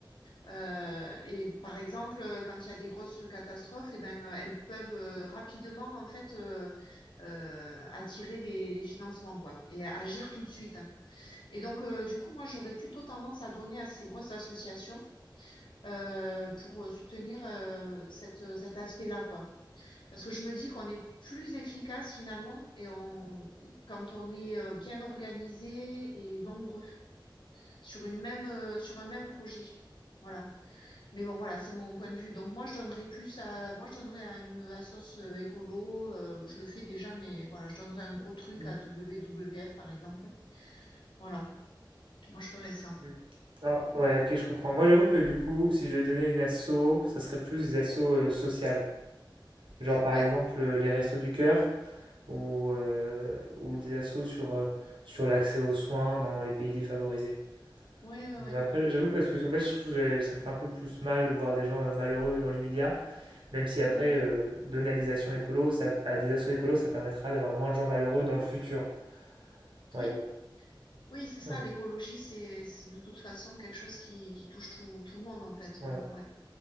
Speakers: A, on the left; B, on the right.
A: Euh, et par exemple, euh, quand il y a des grosses catastrophes, eh ben, euh, elles peuvent euh, rapidement en fait euh, euh, attirer les, les financements quoi, et agir tout de suite. hein. Et donc, euh, du coup, moi, j'aurais plutôt tendance à donner à ces grosses associations euh, pour soutenir euh, cette, cet aspect-là quoi. Parce que je me dis qu'on est plus efficace finalement et on, quand on est euh, bien organisé et nombreux sur une même, euh, sur un même projet. Voilà. Mais bon, voilà, c'est mon point de vue. Donc moi, je donnerais plus à, moi, je donnerais à une assos euh, écolo. euh, je le fais déjà, mais voilà, je donnerais un gros truc
B: Mm,
A: à WWF par exemple. Voilà. Moi, je ferais ça.
B: mm. Ah, ouais, ok, je comprends. Moi, j'avoue que du coup, si je devais donner une asso, ça serait plus des assos euh, sociales. Genre par
A: Ouais,
B: exemple euh, les Restos du Cœur ou, euh, ou des assos sur, euh, sur l'accès aux soins dans les pays défavorisés.
A: ouais, ouais,
B: Mais
A: ouais.
B: Après, j'avoue que parce que en fait, je trouve que j'ai- ça me fait un peu plus mal de voir des gens euh, malheureux dans l'immédiat, même si
A: Mm.
B: après, euh, donner à des actions écolos, ça, à des assos écolos, ça permettra d'avoir moins de gens malheureux dans le futur, on
A: Oui,
B: va dire.
A: oui, c'est ça.
B: Mais bon,
A: L'écologie, c'est, c'est de toute façon quelque chose qui, qui touche tout, tout le monde en fait.
B: ouais.
A: Donc ouais.